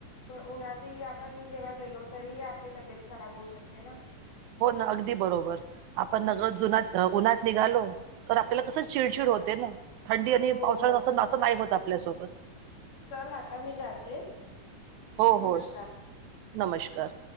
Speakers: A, on the left (about 75°); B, on the right (about 75°).
A: उन्हात आपण जेव्हा गेलो तरीही आपली तब्येत खराब होऊ शकते ना
B: हो ना अगदी बरोबर आपण नकळत जुना उन्हात निघालो तर आपल्याला कसं चिडचिडत होत. होते ना थंडी आणि
A: हो
B: पावसाळ्यां नाही होत आपल्यासोबत.
A: चल आता मी जाते
B: हो
A: नमस्कार.
B: हो <inaudible> नमस्कार!